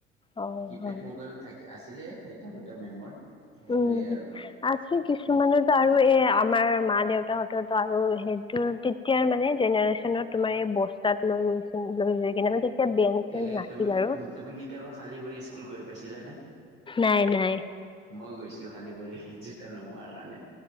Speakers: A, on the left; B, on the right.
A: অ',
B: কিপেড
A: হয়।
B: মোবাইল থাক আছিলে এটা দুটা মেমৰ। সেইটোৱে
A: উম
B: আৰু
A: আছে কিছুমানেতো আৰু এই আ আমাৰ মা-দেউতাহঁতৰটো আৰু সেইটো তেতিয়াৰ মানে জেনেৰেচনত তোমাৰ এই বস্তাত লৈ লৈ লৈ যায় কিনে মানে এতিয়া বেংক-চেংক
B: এ
A: নাছিল
B: তুমি
A: আৰু,
B: তুমি কেতিয়াবা খালী ভৰি স্কুল গৈ পাইছিলানে?
A: নাই নাই।
B: মই গৈছো খালী ভৰি জোতা নোহোৱাৰ কাৰণে